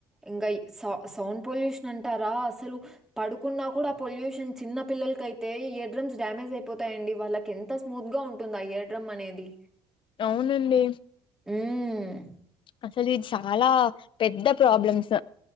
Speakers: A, in the centre; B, on the left.
A: ఇంకా సౌ సౌండ్ పొల్యూషన్ అంటారా అసలు పడుకున్నా కూడా పొల్యూషన్ చిన్న పిల్లలకైతే హెడ్డ్రమ్స్ డ్యామేజ్ అయిపోతాయండి వాళ్ళకి ఎంత ఎంత స్మూత్ గా ఉంటుంది ఆ ఇయర్డ్రమ్ అనేది
B: అవునండి
A: మ్మ్
B: అసలు ఇది చాలా పెద్ద ప్రాబ్లమ్స్